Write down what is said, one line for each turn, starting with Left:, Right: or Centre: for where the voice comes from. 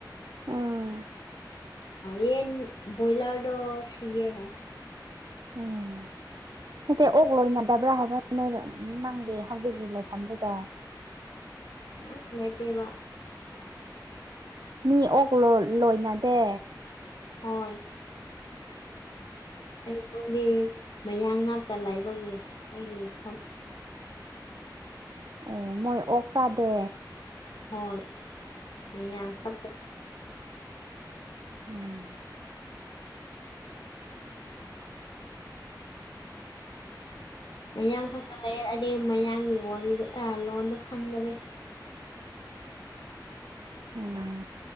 Right: ꯎꯝ
Left: ꯌꯦꯟ ꯣꯏꯂꯔꯗ ꯁꯤꯌꯦ ꯍꯥꯏꯦ
Right: ꯎꯝ ꯅꯠꯇꯦ ꯑꯣꯛ ꯂꯣꯏꯅꯗꯕ꯭ꯔꯥ ꯍꯥꯏꯕ ꯅꯪꯒꯤ ꯍꯧꯖꯤꯛꯀꯤ ꯂꯩꯐꯝꯗꯨꯗ
Left: ꯑ ꯂꯥꯏꯇꯕ
Right: ꯃꯤ ꯑꯣꯛ ꯂꯣꯏꯅꯗꯦ
Left: ꯍꯣꯏ ꯑꯩꯉꯣꯟꯗꯤ ꯃꯌꯥꯡ ꯉꯛꯇ ꯂꯩꯥꯏꯕꯒꯤ ꯑꯩꯒꯤ ꯂꯩꯐꯝ
Right: ꯑꯦ ꯃꯣꯏ ꯑꯣꯛ ꯆꯥꯗꯦ
Left: ꯍꯣꯏ ꯃꯤꯈ
Right: ꯎꯝ
Left: ꯃꯌꯥꯡ ꯈ ꯆꯠꯂꯑꯦ ꯑꯗꯩ ꯃꯌꯥꯡꯒꯤ ꯋꯥꯔꯤꯗ ꯂꯣꯟꯗ ꯈꯪꯗꯔꯦ
Right: ꯎꯝ